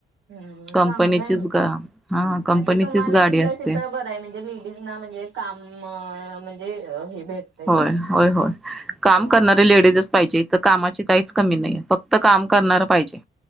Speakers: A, on the right; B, in the centre.
A: हम
B: कंपनीचीच
A: चांगलं आहे
B: ग हा कंपनीचीच
A: म्हणजे तुम्हाला
B: गाडी
A: तिथलं
B: असते
A: तिथं बरं आहे म्हणजे लेडीज ना म्हणजे काम म्हण ते अ हे. भेट तय
B: होय
A: तिथं
B: होय होय काम
A: हो
B: करणारी लेडीजच पाहिजे. तर कामाची काहीच कमी नाही फक्त काम करणारं पाहिजे.